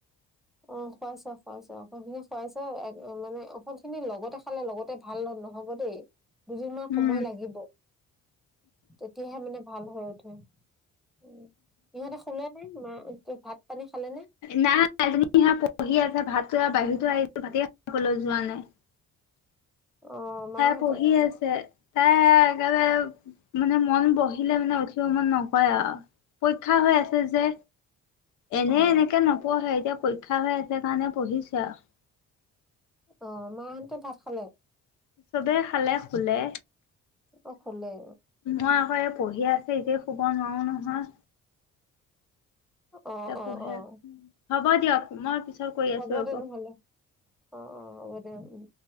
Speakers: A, in the centre; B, on the left (about 80°).
A: অ' খুৱাইছা খুৱাইছা অসুট খিনি খুৱাইছা মানে অসুট খিনি লগতে খালে লগতে ভাল নহ নহব দেই দুদিনমান
B: উম
A: সময় লাগিব তেতিয়াহে মানে ভাল হৈ উঠে উ ইহঁতে শুলে নাই মা ভাত পানী খালে নে?
B: নাই তুমি হা পঢ়ি আছে ভাত বাহিৰতো আহিছো ভাতেই খাবলৈ যোৱা নাই
A: অ', মাহঁতে
B: তাই পঢ়ি আছে এ একেবাৰে মানে মন বহিলে মানে উঠিব মন নকয় আৰু পৰীক্ষা হৈ আছে যে এনে
A: অ',
B: এনেকে নপঢ়ে এ এতিয়া পৰীক্ষা হৈ আছে কাৰণে পঢ়িছে আৰু
A: অ' মাহতে ভাত খালে
B: চবে খালে খুলে
A: অ খোলে
B: মই আকৌ এই পঢ়ি আছে এতিয়া শুব নোৱাৰো নহয়
A: অ'
B: পঢ়ে
A: অ' অ'
B: হ'ব দিয়ক মই পিছত কৰি
A: হ'ব
B: আছো ৰ'ব।
A: দে নহ'লে অ' অ' হ'ব দে উম